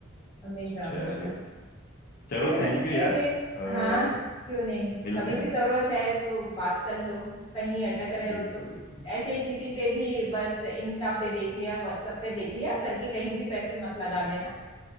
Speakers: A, on the left (about 25°); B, on the left (about 50°).
A: हमेशा
B: चलो
A: हमेशा
B: चलो
A: चलो
B: थैंक
A: ठीक
B: यू यार
A: है फिर
B: अ,
A: हाँ क्यों नहीं
B: मिलते
A: कभी
B: हैं
A: भी जरूरत है तो बात कर लो कहीं अटक रहे हो
B: बिल्कुल
A: तो
B: बिल्कुल
A: ऐसे ही किसी पे भी बस इंस्टा पे देख लिया व्हाट्सएप पे देख लिया करके कहीं भी पैसे मत लगा देना